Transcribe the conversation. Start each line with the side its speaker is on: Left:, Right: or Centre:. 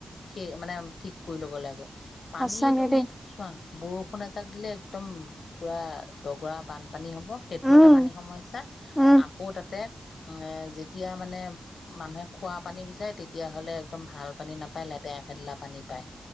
Left: সেই মানে ঠিক কৰি ল'ব লাগে। পানীয়েটো
Centre: সঁচাকে দেই,
Left: মেইন চোৱা। বৰষুণ এজাক দিলে একদম। পুৰা দগৰা বান। পানী হ'ব সেইটো
Centre: উম,
Left: এটা পানী সমস্যা।
Centre: উম,
Left: আকৌ তাতে। এ যেতিয়া মানে মানুহে খোৱা পানী বিচাৰে তেতিয়া হলে একদম ভাল পানী নাপায় লেতেৰা ফেতেলা পানী পায়।